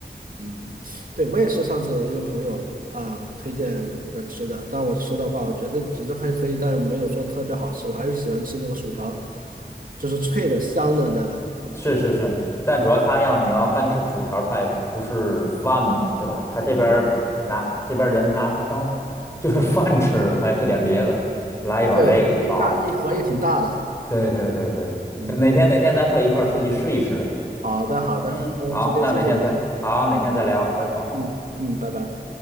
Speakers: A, on the right; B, on the left.
A: 嗯，对，我也是上次我一个朋友啊推荐的吃的，但我吃的话，我觉得只是还可以，但没有说特别好吃，我还是喜欢吃那个薯条，就是脆的香的那个。
B: 是是是，但主要他要你要干吃薯条儿他也不是饭吧，对吧？他这边儿拿这边儿人拿他当就是 <laughs> 饭吃了，他也不点别的了，来一碗这个饱了。
A: 对，因为一大一盒也挺大的。
B: 对对对对，
A: 嗯，
B: 行，哪天哪天咱可以一块儿出去试一试。
A: 好的好的，
B: 嗯，
A: 那今天谢谢您。
B: 好，那哪天再好，哪天再聊，拜拜。
A: 嗯嗯，拜拜。